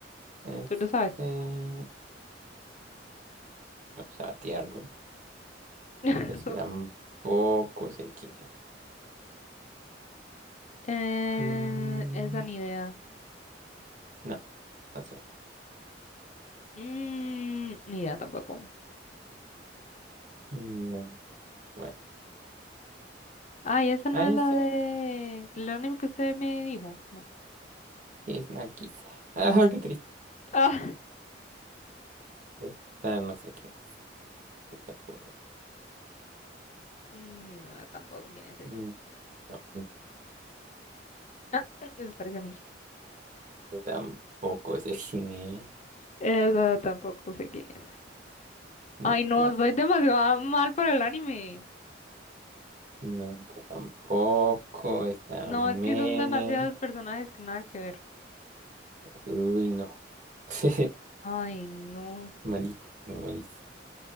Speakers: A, on the right; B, on the left.
A: Este,
B: Tú lo sabes.
A: vamos a batearlo.
B: <laughs>
A: Ese tampoco sé quién es.
B: Eh,
A: Mm,
B: esa ni idea.
A: no, no sé.
B: Mm, ni idea tampoco.
A: No, bueno.
B: Ay, esa no
A: Ah,
B: es
A: esa
B: la de. El anime que usted me dijo. No.
A: es Nakisa. <laughs> Ah, qué triste.
B: <laughs> Ah,
A: Esta no sé quién es. Tampoco.
B: mm, ni idea tampoco quién es ella.
A: Mm, No,
B: Ah, eso parece a mí.
A: esta tampoco sé quién es.
B: esa tampoco sé quién es.
A: No,
B: Ay, no,
A: no,
B: soy demasiado mal para el anime.
A: no, esta tampoco. Esta
B: No,
A: men.
B: es que son demasiados personajes que nada que ver.
A: Uy, no. <laughs>
B: Ay, no.
A: Malísimo, malísimo.